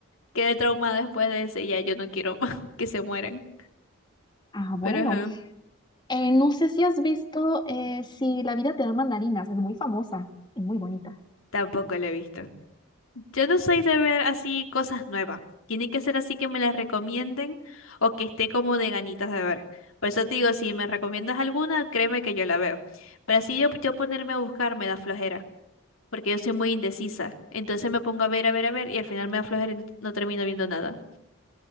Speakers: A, on the left; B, on the left.
A: Quedé traumada después de ese, ya yo no quiero más <laughs> que se mueran.
B: Ah, bueno.
A: Pero ajá,
B: Eh, no sé si has visto eh, Si la vida te da mandarinas, es muy famosa, es muy bonita.
A: tampoco lo he visto. Yo no soy de ver así cosas nuevas. Tienen que ser así que me las recomienden o que esté como de ganitas de ver. Por eso te digo, si me recomiendas alguna, créeme que yo la veo. Pero así yo, yo ponerme a buscar me da flojera, porque yo soy muy indecisa. Entonces me pongo a ver, a ver, a ver y al final me da flojera y no, no termino viendo nada.